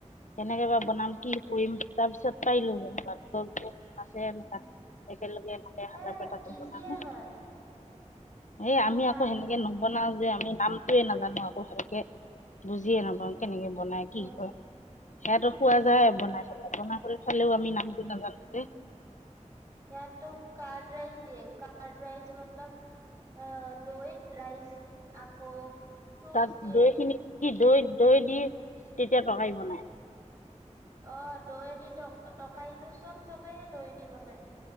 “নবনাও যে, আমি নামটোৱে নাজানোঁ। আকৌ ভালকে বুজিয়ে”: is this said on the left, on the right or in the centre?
Left